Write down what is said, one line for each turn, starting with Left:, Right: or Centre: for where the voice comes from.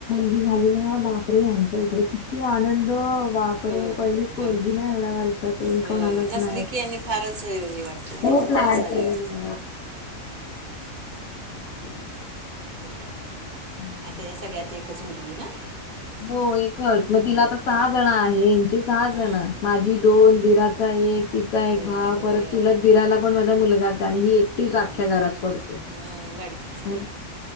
Left: ही झाली म्हणून बापरे आमच्या इकडे किती आनंद बापरे
Right: होय
Left: पहिलीच पोरगी
Right: होय
Left: ना एवढा वर्षातून
Right: होय
Left: कोणालाच
Right: नसली
Left: नाही
Right: की आणि फारच हे वाटते
Left: खूप
Right: नाही
Left: लाड
Right: असावी
Left: केलेले <inaudible>
Right: मग काय तर.
Left: हम्म.
Right: आता या सगळ्यात एकच मुलगी ना.
Left: हो एकच मग तिला आता सहा जण आहे यांचे सहा
Right: हां
Left: जण माझी
Right: मग
Left: दोन दिराचा एक तिचा एक
Right: होय
Left: भाव परत चुलत दिराला पण माझा मुलगाच हाय आणि ही एक तीच
Right: मग
Left: अख्या घरात पडते.
Right: मग लाडकीच
Left: हम
Right: की